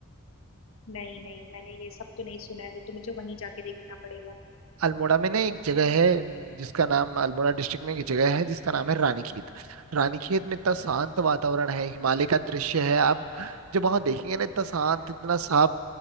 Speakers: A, on the left; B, on the right.
A: नहीं नहीं मैंने ये सब तो नहीं सुना है वो तो मुझे वहीं जाके देखना पड़ेगा
B: अल्मोड़ा में ना एक जगह है जिसका नाम अल्मोड़ा डिस्ट्रिक्ट में एक जगह है जिसका नाम है रानीखेत रानीखेत में इतना शांत वातावरण है हिमालय का दृश्य है आप जब वहां देखेंगे ना इतना शांत इतना साफ